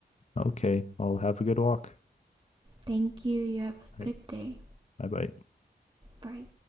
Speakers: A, on the left (about 40°); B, on the right (about 30°).
A: Okay, I'll have a good walk.
B: Thank you. You have a
A: All right,
B: good day.
A: bye bye.
B: Bye.